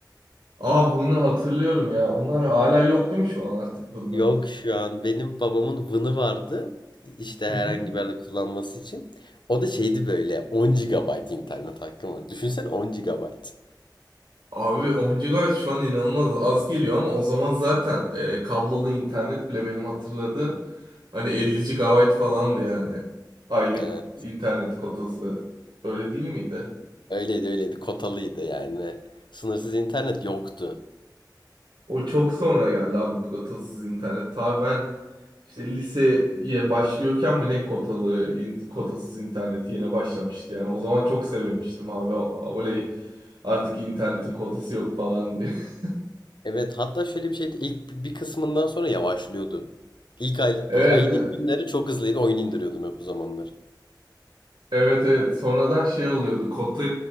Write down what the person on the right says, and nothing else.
Aa bunu hatırlıyorum ya. Onlar hala yok değil mi şu an artık bunlar?
<laughs>
Abi 10 GB şu an inanılmaz az geliyor ama o zaman zaten e, kablolu internet bile benim hatırladığım hani 50 GB falandı yani. Aylık
internet kotası. Öyle değil miydi?
O çok sonra geldi abi kotasız internet. Ta ben işte liseye başlıyorken mi ne kotalı in- kotasız internet yeni başlamıştı yani. O zaman çok sevmiştim abi. O- Oley artık internetin kotası yok falan diye. <laughs>
Evet.
Evet evet sonradan şey oluyordu kota